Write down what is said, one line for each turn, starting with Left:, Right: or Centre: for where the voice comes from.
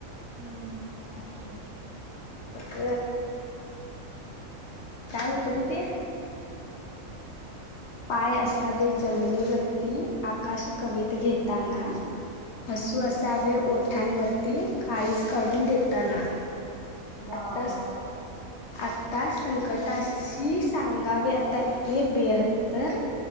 Right: हम्म ांग ये
Left: बघ काय होतो कती पाय असावे जमिनीवरती आकाश कवित घेताना हसू
Right: हम्म
Left: असावे ओठांवरती काळीज काढून देताना
Right: वा
Left: आत्ताच
Right: वा वा
Left: आता संकटाशी सांगावे आता ए बेहत्तर